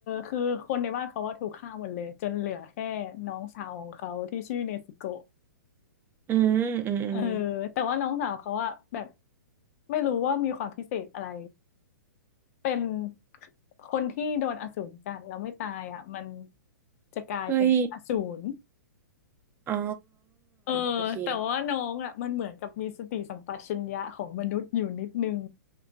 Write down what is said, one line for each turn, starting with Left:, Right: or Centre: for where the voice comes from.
Left: คือคนในบ้านเขาว่าถูกฆ่าหมดเลยจนเหลือแค่น้องสาวของเขาที่ชื่อเนซึโกะ
Right: อืมอืมอืม
Left: เออแต่ว่าน้องสาวเขาอะแบบไม่รู้ว่ามีความพิเศษอะไรเป็นคนที่โดนอสูรกัดแล้วไม่ตายอะมันจะกลายเป็นอสูร
Right: เฮ้ยอ๋อ
Left: เออ
Right: โอเค
Left: แต่ว่าน้องอะมันเหมือนกับมีสติสัมปชัญญะของมนุษย์อยู่นิดนึง